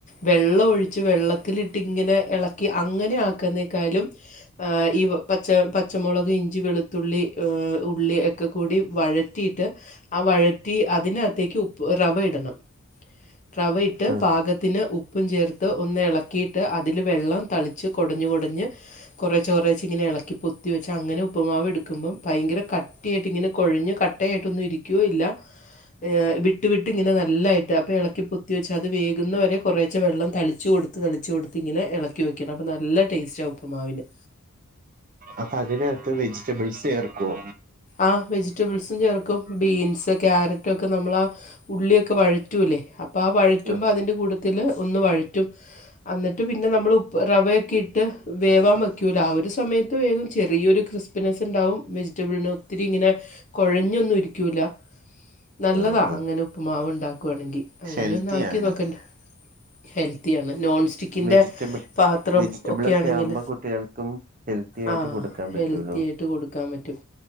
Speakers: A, on the left; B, on the right.
A: വെള്ളം ഒഴിച്ച് വെള്ളത്തിലിട്ട് ഇങ്ങനെ ഇളക്കി അങ്ങനെ ആക്കുന്നേക്കാലും. ആ ഈ പച്ച പച്ചമുളക്, ഇഞ്ചി, വെളുത്തുള്ളി, എ ഉള്ളി, ക്കെ കൂടി വഴറ്റിയിട്ട്, ആ വഴറ്റി അതിനകത്തേക്ക് ഉപ്പ് റവ ഇടണം. റവയിട്ട്
B: ആ
A: പാകത്തിന് ഉപ്പും ചേർത്ത് ഒന്ന് ഇളക്കിയിട്ട്. അതി ല് വെള്ളം തളിച്ച് കൊടഞ്ഞ് കൊടഞ്ഞ്. കൊറേച്ചെ കൊറേച്ച ഇങ്ങനെ എളക്കി പൊത്തി വെച്ച്. അങ്ങനെ ഉപ്പ്മാവ് എടുക്കുമ്പം ഭയങ്കര കട്ടി കട്ടിയായിട്ട് ഇങ്ങനെ കൊഴഞ് കട്ടയട്ടൊന്നും ഇരിക്കു ഇല്ല. എ വിട്ടു വിട്ട് ഇങ്ങനെ നല്ലയിട്ട് അപ്പോൾ ഇളക്കി പൊത്തി വെച്ച്. അത് വേകുന്നവരെ കുറേച്ചെ വെള്ളം തളിച്ച് കൊടു ത്ത് തൊളിച്ച് കൊടുത്ത് ഇങ്ങനെ ഇളക്കി വയ്ക്കണം. അപ്പ നല്ല ടേസ്റ്റ ആ ഉപ്പ്മാവിന്.
B: അപ്പൊ അതിനകത്ത് വെജിറ്റബിൾസ് ചേർക്കോ
A: ആ വെജിറ്റബിൾസും ചേർക്കും ബീൻസ്, ക്യാര നമ്മള ആ ഉള്ളിയൊക്കെ വഴറ്റൂലേ. അപ്പൊ ആ വഴറ്റുമ്പൊ
B: ആഹ്
A: അതിന്റെ കൂട ത്തില് ഒന്ന് വഴറ്റും. അന്നിട്ട് പിന്നെ നമ്മള് ഉപ്പ് റവയൊക്കെ ഇട്ട് വേവാൻ വയ്ക്കൂലേ, ആ ഒരു സമയത്ത് വേഗും. ചെറിയൊരു കൃസ് നെസ്സ് ഉണ്ടാവും വെജിറ്റബിളിന് ഒത്തിരി ഇങ്ങനെ കുഴഞ്ഞൊന്നും ഇരിക്കുല്ല. നല്ലതാ
B: ആഹ് ആഹ്
A: അങ്ങനെ ഉപ്പ്മാവ് ഉണ്ടാക്കുവാണെങ്കി അങ്ങനൊന്ന്
B: ഹെൽത്തിയാണ്
A: ആക്കി നോക്ക്. ഹെൽത്തിയാണ് നോൺ സ്റ്റിക്ക്. ക്കിന്റെ
B: വെജിറ്റബിൾ
A: പാത്രം
B: വെജിറ്റബിളൊക്കെ
A: ഒക്കെയാണെങ്കിൽ
B: ആവുമ്പോ കുട്ടികൾക്കും ഹെൽത്തി ആയിട്ട്
A: ആ
B: കൊടുക്കാൻ
A: ഹെൽത്തി
B: പറ്റൂലോ
A: ആയിട്ട്. കൊടു കൻ പറ്റും